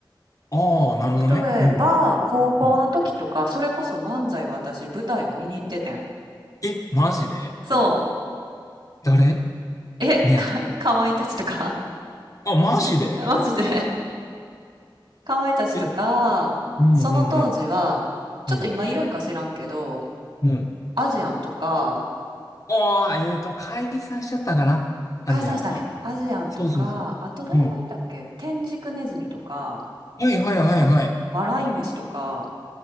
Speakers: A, on the left (about 45°); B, on the right (about 70°).
A: ああ、なるほどね。
B: 例えば、
A: うんうん
B: 高校の時とか、
A: うん。
B: それこそ漫才は私、舞台を見に行っててん。
A: え、マジで
B: そう
A: 誰
B: え、
A: 目当て
B: か、かわいたちとか
A: あ、マジで
B: <laughs> マジでかわいたちとか、
A: え、うんうんうん。
B: その当時は、ちょっと今いるんか知らんけど、
A: うんうん
B: アジアンとか、
A: ああ、えっと、解散しちゃったかなアジアンは。
B: 解散したんやん。アジアンとか、
A: そうそうそう。
B: あと誰がいたっけ天竺ネズミとか、
A: うん。はいはいはいはい。
B: 笑い飯とか、